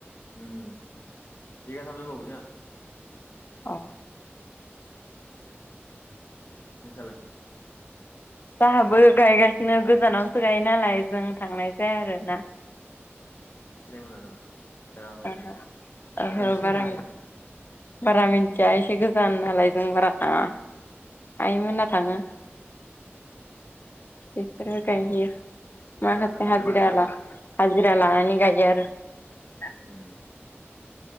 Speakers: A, on the left; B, on the left.
A: ओम बिगाथामसो दंबावो जोंना ।
B: अ।
A: नोंसालाय?
B: जाहाबो गायगासिनो गोजानावसो गायो नालाय जों थांनाय जाया आरोना ।
A: अ सिनायाय मोना नामा जायगाफोरखौ
B: ओहो
A: नाखौनो
B: ओहो
A: सिनाय
B: बारा
A: मोनखैया
B: बारा मिथिया एसे गोजान नालाय जों बारा थाङा । आइमोना थाङो बिसोरबो गायहैयो ।
A: होमबा
B: माखासे
A: खारफेरा
B: हाजिरा
A: नोङो
B: हाजिरा लानानै गायो आरो ।
A: उम ।